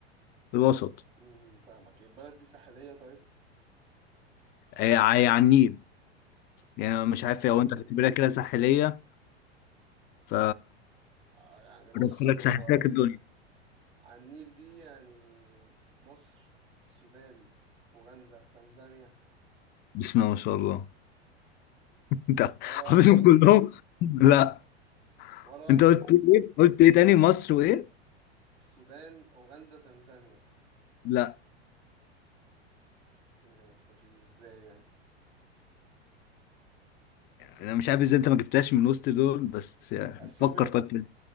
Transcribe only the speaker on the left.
في الوسط
هي هي على النيل يعني أنا مش
عارف
هو انت هتعتبرها كده ساحلية ف
قلت لك
ساحلتك الدنيا
بسم الله ما شاء الله
انت
حافظهم
كلهم لا
انت
قلت ايه قلت ايه تاني مصر وايه
لا
انا مش عارف ازاي انت ما جبتهاش من وسط دول بس يعني
فكر طيب كده.